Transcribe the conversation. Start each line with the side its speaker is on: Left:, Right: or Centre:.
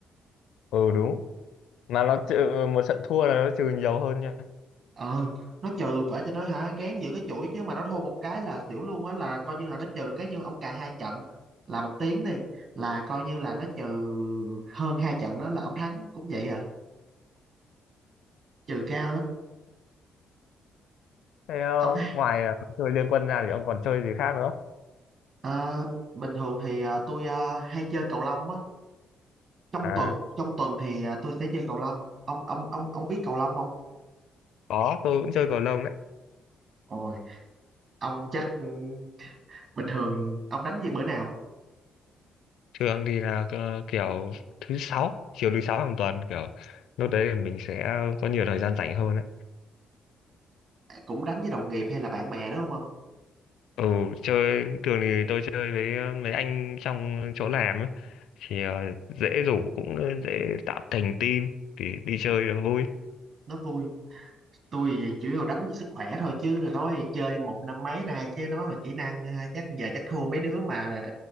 Left: ừ đúng mà nó trừ một trận thua là nó trừ nhiều hơn nha
Right: ờ nó trừ vậy cho nó hả gán giữ cái chuỗi chứ mà nó thua một cái là xỉu luôn á là coi như là nó trừ cái như ông cài hai trận là một tiếng đi là coi như là nó trừ hơn hai trận đó là ông thắng cũng vậy à trừ cao lắm
Left: thế ờ,
Right: ông
Left: ngoài ờ, chơi liên quân ra thì ông còn chơi gì khác nữa
Right: ờ, bình thường thì ờ, tôi ờ, hay chơi cầu lông á trong
Left: À,
Right: tuần trong tuần thì ờ, tôi sẽ chơi cầu lông ông ông ông ông biết cầu lông không
Left: có, tôi cũng chơi cầu lông đấy.
Right: Ôi ông chắc ừ, bình thường ông đánh gì bữa nào
Left: Thường thì là ờ, kiểu thứ sáu, chiều thứ sáu hàng tuần kiểu lúc đấy thì mình sẽ có nhiều thời gian rảnh hơn đấy.
Right: cũng đánh với đồng nghiệp hay là bạn bè đúng không ông
Left: Ừ, chơi thường thì tôi chơi với ờ, mấy anh trong chỗ làm ấy. Thì ờ, dễ rủ cũng dễ tạo thành team thì đi chơi là vui.
Right: nó vui tôi thì chủ yếu đánh vì sức khỏe thôi chứ nói chơi một năm mấy nay chứ nói mà kỹ năng ha, chắc giờ chắc thua mấy đứa mà